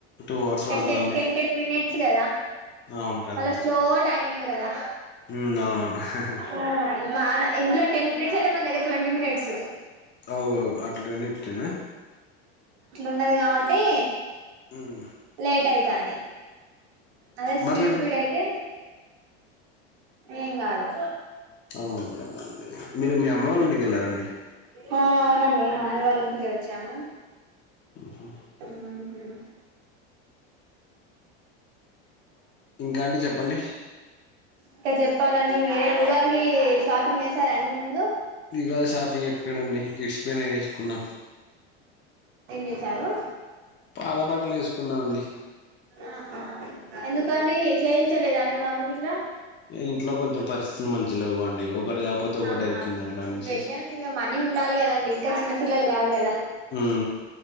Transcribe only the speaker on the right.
టెన్
టెన్ టెన్ టెన్ మినిట్స్ గదా
మళ్ళ స్లో టైమింగ్ గదా
హుమ్ మాన ఇంట్లో టెన్ మినిట్స్ అయితే మన దగ్గర ట్వంటీ మినిట్స్ సై
ఉన్నది కాబట్టి
లేట్ అయితాంది అదే స్పీడ్
స్పీడ్ అయితే ఏం గాదు
ఆ అవునండి మా అమ్మీ వాళ్ళ ఇంటికే వచ్చాము
మ్మ్
ఇక చెప్పాలండి మీరే ఉగాది కి షాపింగ్ చేశారండి ముందు
ఏం చేసారు
ఆహా ఎందుకండి చేయించలేద అండి మీ మమ్మీ గిట్ల
ఆహా
సిచువేషన్
ఇక మనీ ఉండాలి కదండి ఇంకా చిన్నపిల్లలు కాదు కదా